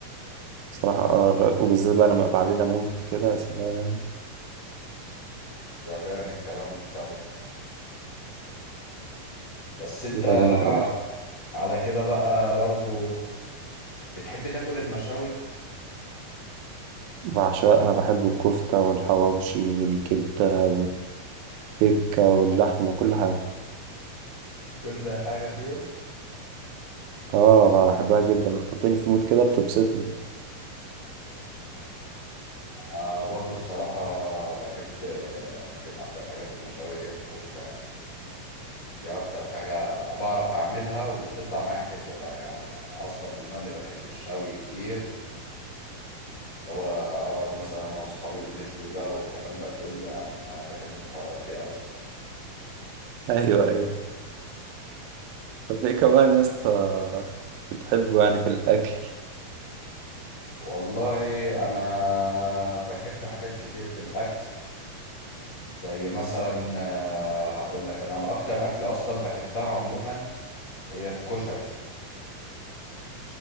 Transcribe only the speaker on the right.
صراحه اه الر- وبالذات بقى لما يبقى عليه ليمون كده يا سلام
بيبقى جامد قوي
بعشقها بحب الكفته والحواوشي والكبده والتكه واللحمه وكل حاجه
اه بقى بحبها جدا بتحطني في مود كده بتبسطني
ايوه ايوه طب ايه كمان يا اسطى بتحبه يعني في الاكل